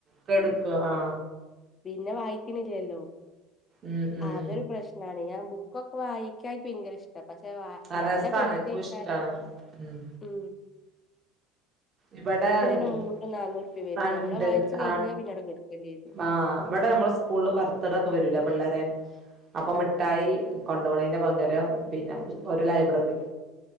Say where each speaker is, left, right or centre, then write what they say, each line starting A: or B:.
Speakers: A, on the right (about 25°); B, on the left (about 20°).
A: കെടുക്കും ആഹ
B: പിന്നെ വായിക്കണില്ലല്ലോ
A: ഉം ഉം
B: അതൊരു പ്രശ്നം ആ ഞാൻ ബുക്കൊക്കെ വായിക്കാ ഇൻകി ഭയങ്കര ഇഷ്ട പക്ഷെ വ
A: ആഹ്
B: നല്ല
A: രസാണ്
B: പെയ്സി
A: എനിക്കും
B: അയിക്കാരം
A: ഇഷ്ടാണ് ഉം
B: ഉ
A: ഇവിടെ
B: തന്നെ
A: ഉം
B: മുന്നൂറ് നാന്നൂറ് റുപ്യ വരും
A: <unintelligible>
B: നമ്മളെ വായിച്ചു കഴിഞ്ഞാ പിന്നെ അവിടെ കെടുക്കേണ്ടി വരും
A: ആ ഇവിടെ നമ്മൾ സ്കൂളില് വറത്തടൊക്കെ വരൂല പിള്ളേരെ അപ്പൊ മിഠായി
B: ആഹ്
A: കൊണ്ടോണിന്റെ പകരം പിന്നെ ഒരു ലൈബ്രറി